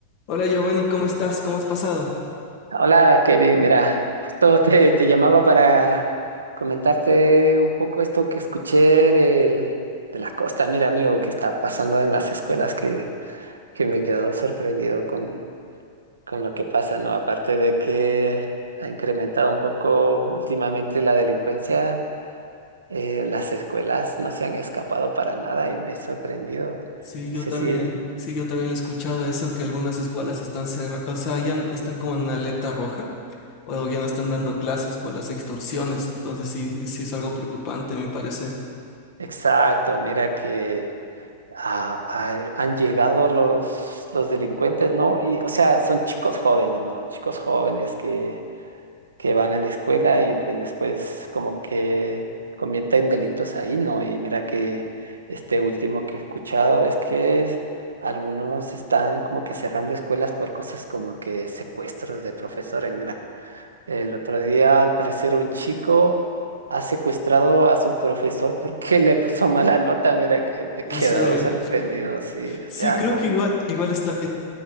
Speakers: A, on the left; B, on the right.
A: Hola Giovanni, ¿cómo estás? ¿Cómo has pasado?
B: Hola, Kevin. Mira, justo te, te llamaba para comentarte un poco esto que escuché de, de la costa. Mira, amigo, que está pasando en las escuelas, que, que me he quedado sorprendido con, con lo que pasa, ¿no? Aparte de que ha incrementado un poco últimamente la delincuencia, eh, en las escuelas no se han escapado para nada y me he sorprendido.
A: Sí,
B: No
A: yo
B: sé
A: también,
B: si...
A: sí, yo también lo he escuchado eso, que algunas escuelas están cerradas, o sea, ya están como en alerta roja, o ya no están dando clases por las extorsiones, entonces sí, sí es algo preocupante, a mi parecer.
B: Exacto, mira que... ah, ay, han llegado los, los delincuentes, ¿no? Y, o sea, son chicos jóvenes, ¿no? Chicos jóvenes que, que van a la escuela y pues después como que cometen delitos ahí, ¿no? Y mira que este último que he escuchado es que algunos están como que cerrando escuelas por cosas como que secuestros de profesores, mira. El otro día, al parecer, un chico ha secuestrado a su profesor porque <laughs> le puso mala nota. Mira que me he
A: En
B: quedado
A: serio.
B: sorprendido, sí.
A: Sí,
B: O sea,
A: creo
B: como,
A: que igual, igual está,